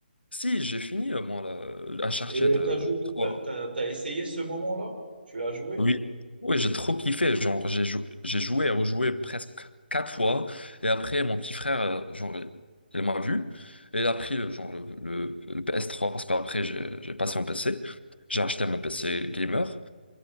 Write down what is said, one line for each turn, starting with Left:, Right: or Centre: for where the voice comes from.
Left: Si, j'ai fini, euh, moi, là, Uncharted
Right: Et
Left: euh,
Right: t'as jou-
Left: 3.
Right: t'as, t'as- t'as essayé ce moment-là? Tu l'as joué?
Left: Oui, oui, j'ai trop kiffé. Genre, j'ai jou- j'ai joué et rejoué presque quatre fois. Et après, mon petit frère, euh, genre, il m'a vu. Et il a pris le, genre, le, le- le PS3 parce qu'après, j'ai j'ai passé mon PC. J'ai acheté mon PC gamer.